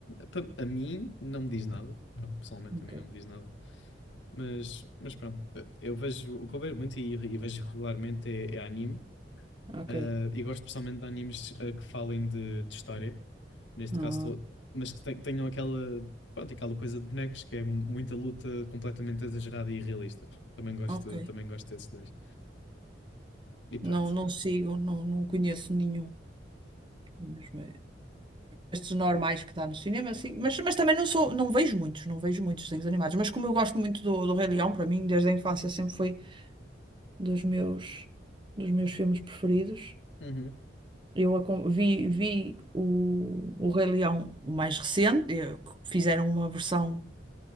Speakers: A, on the left; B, on the right.
A: pa- A mim não me diz nada. Pronto, pessoalmente
B: Ok,
A: a mim não me diz nada. Mas, mas pronto, eu vejo, o que eu vejo muito e, e vejo regularmente é, é anime.
B: ok.
A: Ah, e gosto especialmente de animes ah, que falem de, de história, neste
B: Ah,
A: caso, tô- mas que te- tenham aquela, pronto, aquela coisa de bonecos que é muita luta completamente exagerada e irrealista. Também gosto,
B: ok.
A: também gosto desses dois. E pronto.
B: Não, não sigo, não, não conheço nenhum. Mesmo. estes normais que dá no cinema, assim, mas, mas também não sou, não vejo muitos, não vejo muitos desenhos animados, mas como eu gosto muito do, do Rei Leão, para mim, desde a infância sempre foi dos meus, dos meus filmes preferidos.
A: Uhum,
B: Eu acom- vi, vi o, o Rei Leão o mais recente, eh, que fizeram uma versão